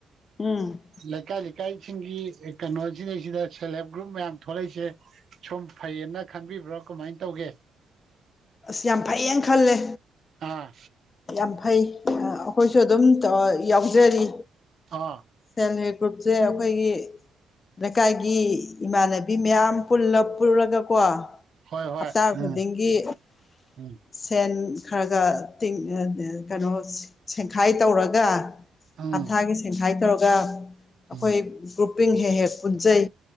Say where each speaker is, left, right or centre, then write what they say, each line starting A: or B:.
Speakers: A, on the left; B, on the right.
A: ꯎꯝ
B: ꯂꯩꯀꯥꯏ ꯂꯩꯀꯥꯏꯁꯤꯡꯒꯤ ꯀꯩꯅꯣ ꯁꯤꯗꯩꯁꯤꯗ ꯁꯦꯜꯐ ꯍꯦꯜꯞ ꯒ꯭ꯔꯨꯞ ꯃꯌꯥꯝ ꯊꯣꯛꯂꯛꯏꯁꯦ ꯁꯨꯝ ꯐꯩꯌꯦꯅ ꯈꯟꯕꯤꯕ꯭ꯔꯣ ꯀꯃꯥꯏꯅ ꯇꯧꯒꯦ
A: ꯑꯁ ꯌꯥꯝ ꯐꯩꯌꯦꯅ ꯈꯜꯂꯦ
B: ꯑꯥ
A: ꯌꯥꯝ ꯐꯩ ꯑꯩꯈꯣꯏꯁꯨ ꯑꯗꯨꯝ ꯌꯥꯎꯖꯔꯤ
B: ꯑꯥ
A: ꯁꯦꯜꯞ ꯍꯦꯜꯞ ꯒ꯭ꯔꯨꯞꯁꯦ ꯑꯩꯈꯣꯏꯒꯤ ꯂꯩꯀꯥꯏꯒꯤ ꯏꯃꯥꯟꯅꯕꯤ ꯃꯌꯥꯝ ꯄꯨ ꯄꯨꯨꯔꯒꯀꯣ
B: ꯍꯣꯏ ꯍꯣꯏ
A: ꯍꯞꯇꯥ ꯈꯨꯗꯤꯡꯒꯤ
B: ꯎꯝ ꯎꯝ
A: ꯁꯦꯟ ꯈꯔꯒ ꯇꯤꯡ ꯀꯩꯅꯣ ꯁꯦꯡꯈꯥꯏ ꯇꯧꯔꯒ
B: ꯎꯝ
A: ꯍꯞꯊꯥꯒꯤ ꯁꯦꯡꯈꯥꯏ ꯇꯧꯔꯒ ꯑꯩꯈꯣꯏ
B: ꯎꯝ
A: ꯒ꯭ꯔꯨꯞꯄꯤꯡ ꯍꯦꯛ ꯍꯦꯛ ꯄꯨꯟꯖꯩ